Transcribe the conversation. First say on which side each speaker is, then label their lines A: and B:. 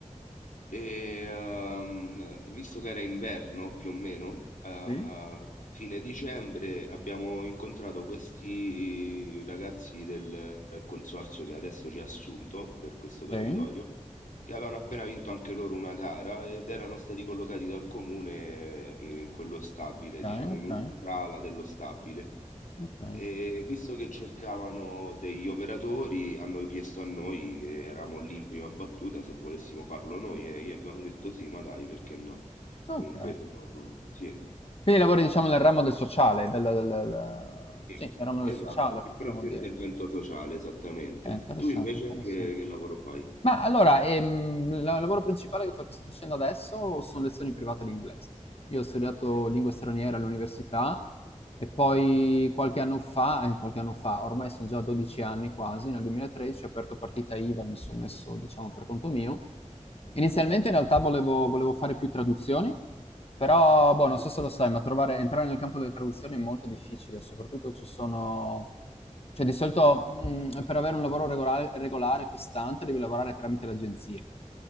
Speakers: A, on the left; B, on the left.
A: E, ehm, visto che era inverno più o meno, a
B: sì,
A: fine dicembre abbiamo incontrato questi ragazzi del consorzio che adesso ci ha assunto per questo dormitorio
B: sì,
A: che avevano appena vinto anche loro una gara ed erano stati collocati dal comune in quello stabile,
B: ok,
A: diciamo
B: ok,
A: in un'altra ala dello stabile.
B: ok,
A: E visto che cercavano degli operatori, hanno chiesto a noi che eravamo lì in prima battuta se volessimo farlo noi e gli abbiamo detto sì, ma dai, perché no?
B: ok.
A: Comunque sono... Sì,
B: Quindi lavori diciamo nel ramo del sociale, del, del- del-
A: sì,
B: sì, nel ramo
A: esatto,
B: del sociale potremmo
A: il pronto
B: dire.
A: intervento sociale, esattamente.
B: Ok, interessante,
A: Tu invece
B: interessante.
A: che, che lavoro fai?
B: Ma allora, ehm, il lavoro principale che fa che sto facendo adesso sono lezioni private di inglese. Io ho studiato
A: Ok,
B: lingue straniere all'università e poi qualche anno fa, eh, qualche anno fa, ormai sono già 12 anni quasi, nel 2013 ho aperto partita IVA e mi sono messo, diciamo, per conto mio.
A: Mhm.
B: Inizialmente in realtà volevo, volevo fare più traduzioni, però boh, non so se lo sai, ma trovare, entrare nel campo delle traduzioni è molto difficile, soprattutto ci sono cioè, di solito, mhmm, per avere un lavoro regolare regolare, costante, devi lavorare tramite le agenzie.